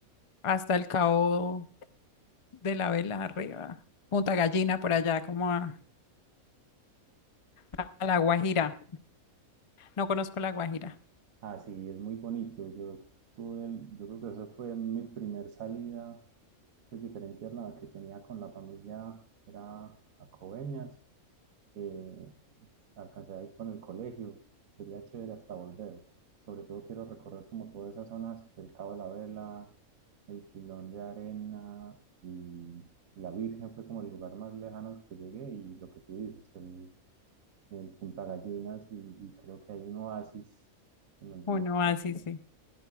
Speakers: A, on the left; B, on the right.
A: hasta el Cabo. de la vela arriba. Punta Gallina por allá, como a, a La Guajira. No conozco La Guajira.
B: Ah, sí, es muy bonito. Yo tuve, el- yo creo que esa fue mi primer salida pues diferente a la que tenía con la familia que era a Coveñas. eh, alcancé a ir con el colegio, sería chévere hasta volver. Sobre todo quiero recorrer como todas esas zonas del Cabo de la Vela, el Pilón de Arena y, y la Virgen fue como el lugar más lejano que llegué y lo que tú dices, el, el Punta Gallinas y, y creo que hay un oasis, se me olvida,
A: Uno
B: el nombre,
A: así, sí. sí.